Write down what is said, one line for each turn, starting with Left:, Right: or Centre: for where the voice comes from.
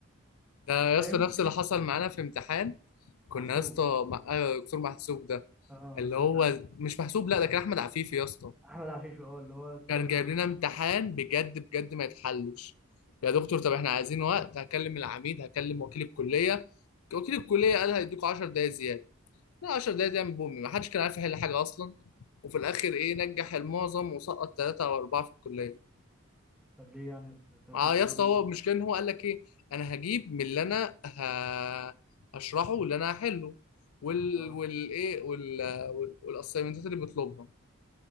Left: ده يا
Centre: فاهم
Left: اسطى نفس اللي حصل معانا في امتحان كنا
Centre: محسوب
Left: يا اسطى مع آه، دكتور محسوب ده
Centre: اه
Left: اللي
Centre: سمعت
Left: هو
Centre: عنه
Left: مش محسوب لا ده كان احمد عفيفي يا اسطى
Centre: احمد عفيفي اه اللي هو طلع
Left: كان
Centre: قدمت
Left: جايب لنا امتحان بجد بجد ما يتحلش يا دكتور طب احنا عايزين وقت هكلم العميد هكلم وكيل الكلية وكيل الكلية قال هيديكوا 10 دقايق زيادة لا 10 دقايق دي من بومي ما حدش كان عارف يحل حاجة اصلا وفي الاخر ايه نجح المعظم وسقط ثلاثة او اربعة في الكلية
Centre: طب ليه يعني ثلاثة
Left: اه
Centre: أربعة
Left: يا اسطى
Centre: دول
Left: هو
Centre: من...
Left: المشكله ان هو قال لك ايه انا هجيب من اللي انا ه... هشرحه واللي انا هحله وال
Centre: اه
Left: والايه وال وال- والاسايمنتات اللي بيطلبها